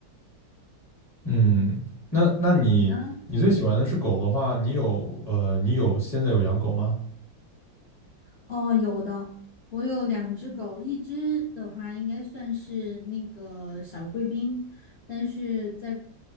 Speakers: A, on the left (about 25°); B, on the left (about 80°).
A: 嗯，那那你你最喜欢的是狗的话，
B: 你呢？
A: 你有呃，你有现在有养狗吗？
B: 哦，有的，我有两只狗，一只的话应该算是那个小贵宾，但是在